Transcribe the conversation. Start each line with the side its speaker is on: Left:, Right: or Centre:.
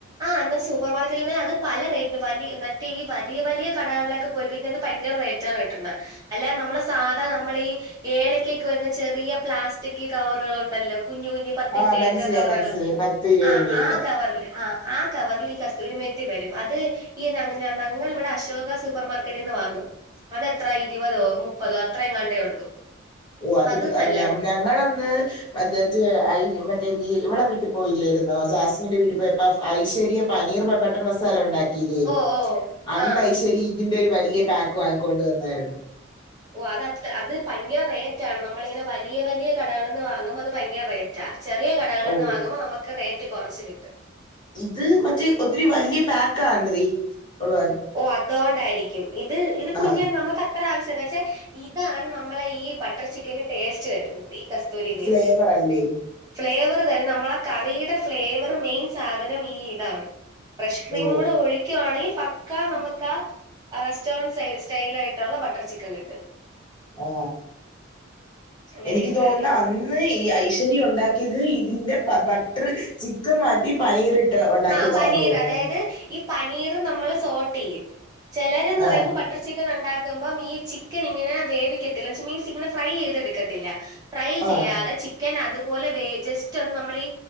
Right: ആ എന്നൽ സൂപ്പർ മാർക്കറ്റിൽ തന്നെ അത് പല റേറ്റിന് വല മറ്റേ ഈ വലിയ വലിയ കടകളിലൊക്കെ പോയി കഴിഞ്ഞ അത് ഭയര റേറ്റാണ് കിട്ടുന്നത് അല്ല നമ്മള് സാധാ നമ്മളീ ഏലക്കഒക്കെ വരുന്ന ചെറിയ പ്ലാസ്റ്റിക് കവറുകൾ ഉണ്ടല്ലോ കുഞ്ഞു കുഞ്ഞു പത്തിൻ്റൊക്കെ
Left: ആ മനസ്സിലായി
Right: കവറുകള്
Left: മനസ്സിലായി പത്ത് ഇരുപതിന്റെയൊക്കെ
Right: ആ ആ കവറില് ആ ആ കവറിൽ ഈ കസ്തൂരിമേത്തി വരും അത് ഈ ഞങ്ങൾ ഇവിടെ അശോക സൂപ്പർ മാർക്കറ്റിൽ നിന്ന് വാങ്ങും അതെത്ര ഇരുപതോ മുപ്പതോ അത്രങ്ങാണ്ടോ ഉള്ളൂ
Left: ഓ അത്പി
Right: അത് നല്ലത്
Left: ഞ ഞങ്ങളന്ന് അതട്ട് മറ്റേ ഇവടെ വീട്ടിൽ പോയില്ലായിരുന്നോ ജാസ്മിന്റെ വീട്ടിൽ പോയപ്പ ഐശ്വര്യ പനീർ ബ മട്ടൺ മസാല ഉണ്ടാക്കില്ലേ
Right: ഓ ഓ
Left: അന്ന്
Right: ആഹ്
Left: ഐശ്വര്യ ഇതിന്റെ ഒരു വലിയ പാക്ക് വാങ്ങിക്കൊണ്ട് വന്നായിരുന്നു
Right: ഓ അത് അ ഭയങ്കര റേറ്റ് ആണ് നമ്മളിങ്ങനെ വലിയ വലിയ കടകളിൽ നിന്ന് വാങ്ങുമ്പോ അത് ഭയങ്കര റേറ്റ് റ്റ ചെറിയ കടകളിൽ
Left: ഓ
Right: നിന്ന് വാങ്ങുമ്പോ നമുക്ക് റേറ്റ് കുറച്ച് കിട്ടും
Left: ഇത് മറ്റേ ഒത്തിരി വലിയ പാക്കാത്രി അവളു
Right: ഓ അതുകൊണ്ടായിരിക്കും ഇത് ഇത് കുഞ്ഞന്
Left: ആ
Right: നമുക്ക് എത്ര ആവശ്യന്ന് വച്ചാ ഇതാണ് നമ്മളെ ഈ ബട്ടർ ചിക്കന്റെ ടേസ്റ്റ് വരുന്നത് ഈ കസ്തു- തൂരിമേത്തി
Left: ഫ്ലേവർ അല്ലേ
Right: ഫ്ലേവർ തരും നമ്മളെ കറിയുടെ ഫ്ലേവർ മെയിൻ സാധനം ഈ ഇതാണ് ഫ്രഷ് ക്രീമും
Left: ഓ
Right: കൂടെ ഒഴിക്കുകയാണെങ്കിൽ പ- ക്ക നമുക്ക് ആ റെസ്റ്റോറന്റ് സ്റ്റൈല് ആയിട്ടുള്ള ബട്ടർ ചിക്കൻ കിട്ടും
Left: ആ
Right: അങ്ങനെയാണ്
Left: എനിക്ക് തോന്നുന്ന
Right: കാര്യം
Left: അന്ന് അന്ന് ഈ ഐശ്വര്യ ഉണ്ടാക്കിയത് ഇതിന്റെ ബട്ടർ ചിക്കൻ മാറ്റി പനീറിട്ടത് ട്ട് ഉണ്ടാക്കിയതാന്ന്
Right: ആ പനീർ
Left: തോന്നുന്നു
Right: അതായത് ഈ പനീർ നമ്മൾ സോട്ട് ചെയ്യും ചിലരന്ന് പറയുമ്പെ
Left: ആ
Right: ബട്ടർ ചിക്കൻ ഉണ്ടാക്കുമ്പം ഈ ചിക്കൻ ഇങ്ങനെ വേവിക്കത്തില്ല മീൻസ് ഇങ്ങനെ ഫ്രൈ ചെയ്തെടുക്കത്തില്ല ഫ്രൈ
Left: ആ
Right: ചെയ്യാതെ ചിക്കൻ അതുപോലെ വേ ജസ്റ്റ് ഒന്ന നമ്മൾഈ